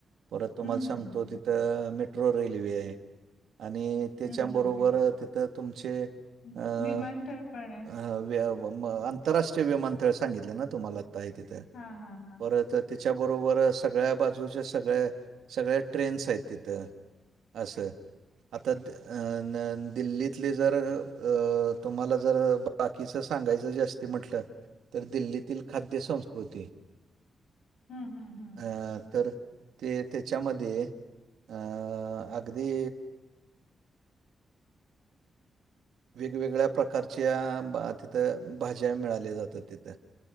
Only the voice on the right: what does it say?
परत तुम्हाला
सांगतो
तिथं मेट्रो रेल्वेये. आणि त्याच्याबरोबर
तिथं तुमचे
अ अ
अ व्य आंतरराष्ट्रीय विमानतळ सांगितलं ना तुम्हाला आत्ता आहे तिथ
परत त्याच्याबरोबर सगळ्या बाजूच्या सगळ्या सगळ्या ट्रेन्स आहेत तिथं. असं आता अनन दिल्लीतले जर तुम्हाला जर बाकीचं सांगायचं जास्ती म्हटलं तर दिल्लीतील खाद्य संस्कृती
अ तर ते त्याच्यामध्ये अं अगदी वेगवेगळ्या प्रकारच्या बा तिथं भाज्या मिळाल्या जातात तिथं.